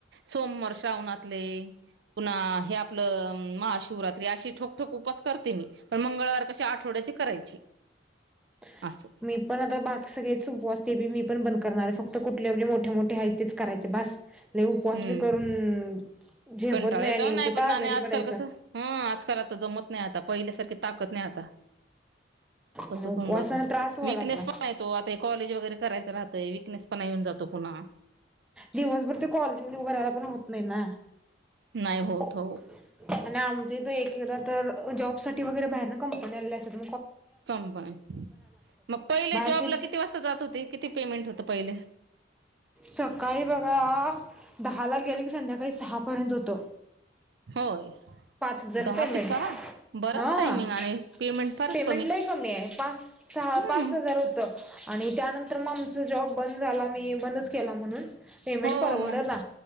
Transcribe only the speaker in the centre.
<inaudible>
मी पण आता बाकी सगळेच उपवास ते मी पण बंद करणार आहे. फक्त कुठलेे मोठे मोठे आहेत तेच... करायचे बास लइ उपवास
बी करून... झेपत
आणि
कुठं
आजारी
पडायचा
आणि उपवासाने
त्रास व्हावा
लागलाय
दिवसभर ते कॉलेजमध्ये उभं राहायला पण होत. नाहि ना
<inaudible>
आणि आमच्या इथ एकेकदा तर जॉबसाठी ती वगैेरे बाहेरन कंपनी आलेली असत्यात
बाहेरचे
सकाळी बघा दहा ला गेले की संध्याकाळी सहापर्यंत होत.
पाच हजार
पेमेंट
हं..
पेमेंट लई कमी आहे पाच
पाच हजार होत आणि त्यानंतर मग आमच जॉब बंद झाला. मी बंदच केला म्हणून पेमेंट
परवडणा